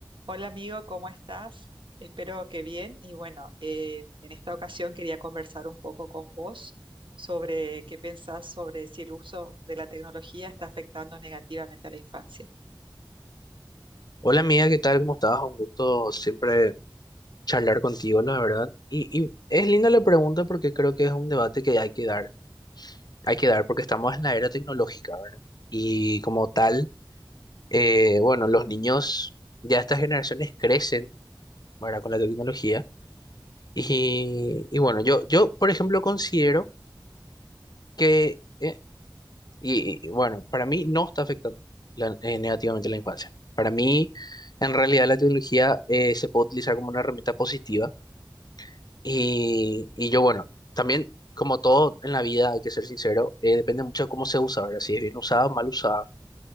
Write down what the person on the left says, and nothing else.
Hola amiga, ¿qué tal? ¿Cómo estás? Un gusto siempre charlar contigo, la verdad. Y, y es linda la pregunta porque creo que es un debate que hay que dar. Hay que dar porque estamos en la era tecnológica, ¿verdad? Y como tal, eh, bueno, los niños, ya estas generaciones crecen, ¿verdad? Con la tecnología. Y, y bueno, yo, yo, por ejemplo, considero que, eh, y, y, bueno, para mí no está afectando la- eh, negativamente la infancia. Para mí, en realidad, la tecnología eh, se puede utilizar como una herramienta positiva Y, y yo, bueno, también, como todo en la vida, hay que ser sincero, eh, depende mucho de cómo se usa, ¿verdad? Si es bien usada o mal usada.